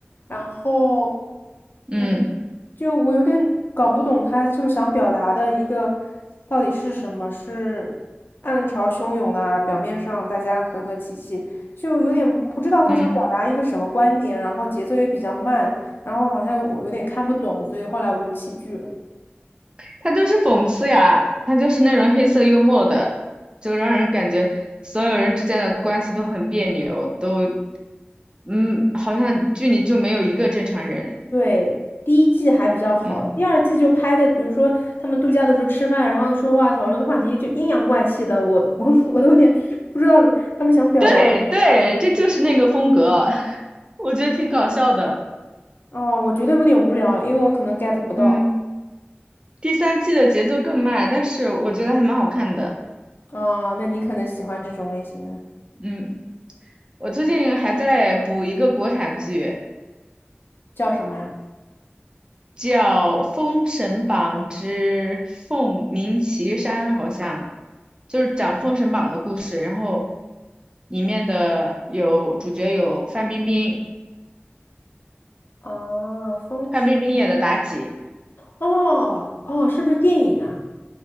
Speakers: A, on the left (about 60°); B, on the right (about 25°).
A: 然后，
B: 嗯。
A: 嗯，就我有点搞不懂他就想表达的一个到底是什么，是暗潮汹涌啊？表面上大家和和气气，就有点不知道他想表达一个什么观点，
B: 嗯，
A: 然后节奏也比较慢，然后好像我有点看不懂，所以后来我就弃剧了。
B: 他就是讽刺呀，他就是那种黑色幽默的，就让人感觉所有人之间的关系都很别扭，都嗯，好像剧里就没有一个正常人。
A: 对，第一季还比较好，
B: 嗯，
A: 第二季就拍的，比如说他们度假的时候吃饭，然后说话讨论的话题就阴阳怪气的，我我 <laughs> 我都有点不知道他们想表达。
B: 对对，这就是那个风格，<laughs> 我觉得挺搞笑的。
A: 哦，我觉得有点无聊，因为我可能 get 不到。
B: 嗯，第三季的节奏更慢，但是我觉得还蛮好看的。
A: 啊，那你可能喜欢这种类型的，
B: 嗯，我最近还在补一个国产剧。
A: 叫什么呀？
B: 叫《封神榜之凤鸣岐山》，好像就是讲封神榜的故事。然后里面的有主角有范冰冰，
A: 啊，封神。
B: 范冰冰演的妲己，
A: 哦哦，是不是电影啊？